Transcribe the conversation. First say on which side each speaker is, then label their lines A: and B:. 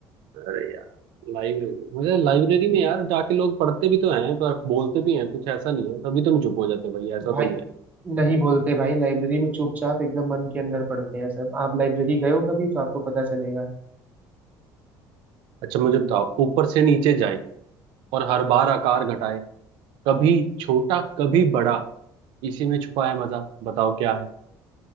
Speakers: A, on the right; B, on the right.
A: अरे यार लाइब्रेरी मुझे लाइब्रेरी में यार जाके लोग पढ़ते भी तो हैं पर बोलते भी हैं कुछ ऐसा नहीं है तभी तो नहीं चुप हो जाते भाई ऐसा
B: भाई
A: तो नहीं है
B: नहीं बोलते भाई लाइब्रेरी में चुपचाप एकदम मन के अंदर पढ़ते हैं सब आप लाइब्रेरी गए हो कभी तो आपको पता चलेगा
A: अच्छा मुझे बताओ ऊपर से नीचे जाए और हर बार आकार घटाए कभी छोटा कभी बड़ा इसी में छुपा है मजा बताओ क्या है